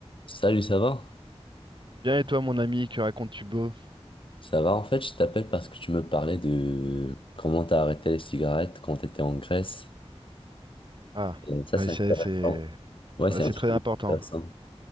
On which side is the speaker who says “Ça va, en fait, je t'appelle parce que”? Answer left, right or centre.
Left